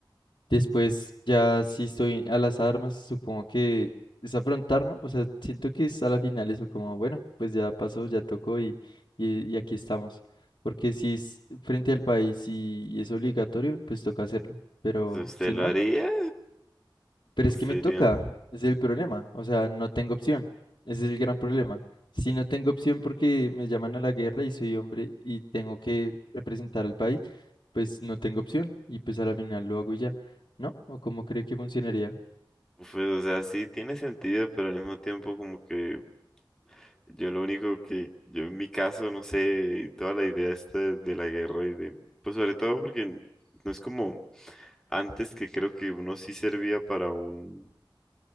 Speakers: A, on the left; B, in the centre.
A: Después, ya si estoy a las armas, supongo que es afrontar, ¿no? O sea, siento que es a la final eso como, bueno, pues ya pasó, ya tocó y, y, y aquí estamos. Porque si es frente al país y, y es obligatorio, pues toca hacerlo. Pero
B: ¿Usted
A: si
B: lo
A: no...
B: haría?
A: Pero
B: ¿Usted
A: es que me toca,
B: diría?
A: ese es el problema, o sea, no tengo opción, ese es el gran problema. Si no tengo opción porque me llaman a la guerra y soy hombre y tengo que representar al país, pues no tengo opción y pues a la final lo hago y ya, ¿no? ¿O cómo cree que funcionaría?
B: Pues, o sea, sí tiene sentido, pero al mismo tiempo como que Yo lo único que, yo en mi caso, no sé, toda la idea esta de, de la guerra y de, pues sobre todo porque no es como antes que creo que uno sí servía para un,